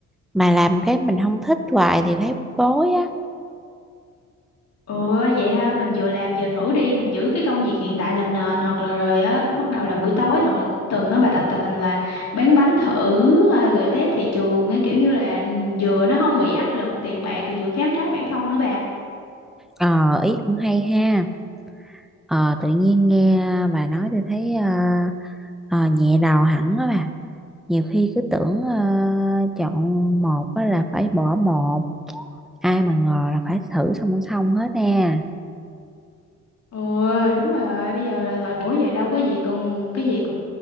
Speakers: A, in the centre; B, on the left (about 55°).
A: mà làm cái mình không thích hoài thì thấy bối á
B: Ừ vậy ha, mình vừa làm vừa thử đi, mình giữ cái công việc hiện tại làm nền hoặc là rồi á bắt đầu là buổi tối hoặc là cuối tuần á bà tập tành là bán bánh thử à, rồi test thị trường á kiểu như là vừa nó không bị áp lực tiền bạc rồi vừa khám phá bản thân nữa bà.
A: Ờ, ý cũng hay ha. Ờ, tự nhiên nghe bà nói tôi thấy ờ, ờ, nhẹ đầu hẳn á bà. Nhiều khi cứ tưởng ờ, chọn một á là phải bỏ một. Ai mà ngờ là phải thử song song hết nè.
B: Ừ đúng rồi bây giờ là thời buổi vậy đâu có gì còn cái gì cũng